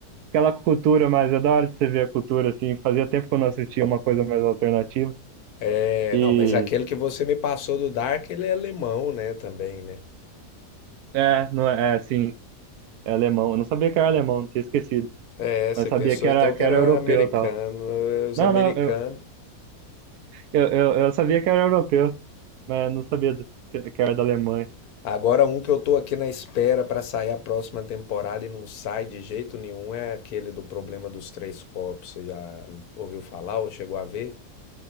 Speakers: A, on the right; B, on the left.
A: aquela cultura, mas é da hora de você ver a cultura, assim, fazia tempo que eu não assistia uma coisa mais alternativa
B: é,
A: e...
B: não, mas aquele que você me passou do Dark, ele é alemão, né, também, né?
A: É, não é, é, sim. É alemão. Eu não sabia que era alemão, tinha esquecido.
B: É,
A: Mas
B: você
A: sabia
B: pensou
A: que era,
B: então
A: que
B: que era
A: era europeu
B: americano,
A: e tal.
B: é, os
A: Não,
B: americanos.
A: não, eu, eu, eu, eu sabia que era europeu, mas não sabia do- que era da Alemanha.
B: Agora, um que eu tô aqui na espera pra sair a próxima temporada e não sai de jeito nenhum é aquele do problema dos três corpos. Você já ouviu falar ou chegou a ver?